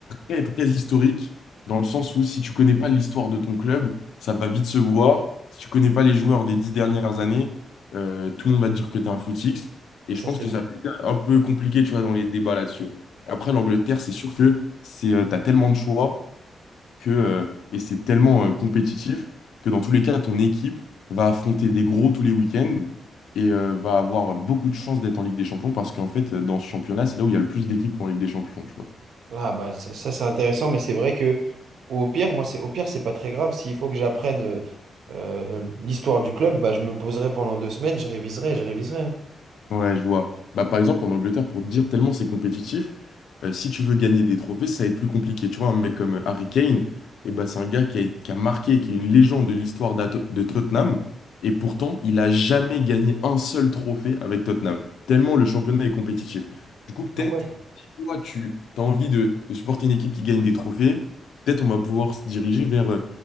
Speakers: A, on the left; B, on the right.
A: très, très historique, dans le sens où si tu connais pas l'histoire de ton club, ça va vite se voir. Si tu connais pas les joueurs des dix dernières années, euh, tout le monde va te dire que tu es un footix. Et
B: ça
A: je pense
B: c'est.
A: que ça peut être un peu compliqué, tu vois, dans les débats là-dessus. Après, l'Angleterre, c'est sûr que c'est, euh, t'as tellement de choix que, euh, et c'est tellement euh, compétitif que dans tous les cas, ton équipe va affronter des gros tous les week-ends et euh, va avoir beaucoup de chances d'être en Ligue des Champions parce qu'en fait, euh, dans ce championnat, c'est là où il y a le plus d'équipes en Ligue des Champions, tu vois.
B: Ah bah ça, ça, c'est intéressant, mais c'est vrai que au pire, moi c'est au pire c'est pas très grave. S'il faut que j'apprenne euh, euh, l'histoire du club, bah je me poserai pendant deux semaines, je réviserai, je réviserai. hein.
A: Ouais, je vois. Bah, par exemple, en Angleterre, pour te dire tellement c'est compétitif, euh, si tu veux gagner des trophées, ça va être plus compliqué. Tu vois, un mec comme euh, Harry Kane, eh bah, c'est un gars qui a, qui a marqué, qui est une légende de l'histoire d'Ato- de Tottenham. Et pourtant, il a jamais gagné un seul trophée avec Tottenham. Tellement le championnat est compétitif. Du coup, peut-être,
B: Ah ouais.
A: si toi, tu as envie de, de supporter une équipe qui gagne des trophées, peut-être on va pouvoir se diriger vers... euh,